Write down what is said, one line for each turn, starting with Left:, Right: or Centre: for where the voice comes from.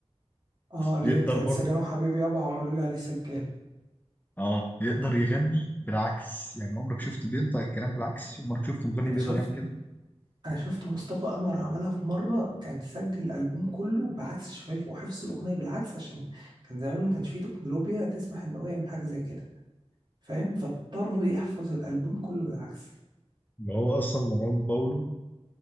Right: اه اللي
Left: يقدر
Right: هي بتاعت
Left: برضه
Right: سجن وحبيبي يابا عملوا لي عليه سجان
Left: اه يقدر يغني بالعكس يعني عمرك شفت بينطق الكلام بالعكس عمرك شفت مغني
Right: انا
Left: بيقدر
Right: شفت
Left: يعمل كده
Right: انا شفت مصطفى قمر عملها في مرة كان سجل الالبوم كله بعكس شفايفه وحفظ الاغنية بالعكس عشان كان زمان ما كانش فيه تكنولوجيا تسمح ان هو يعمل حاجة زي كده فاهم فاضطر يحفظ الالبوم كله بالعكس
Left: ما هو اصلا مروان باولو